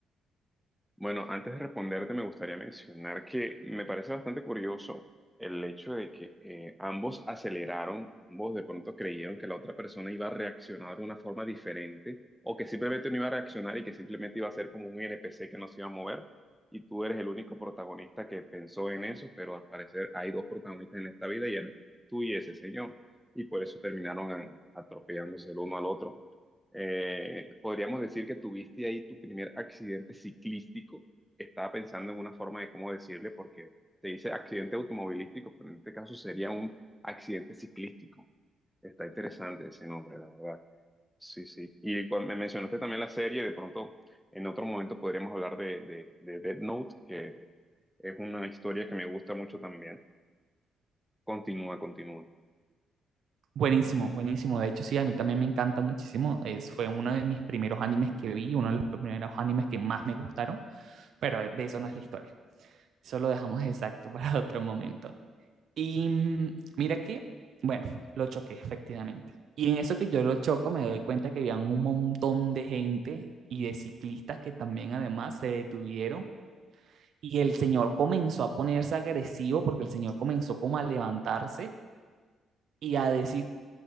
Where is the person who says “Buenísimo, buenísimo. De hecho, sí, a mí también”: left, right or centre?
Right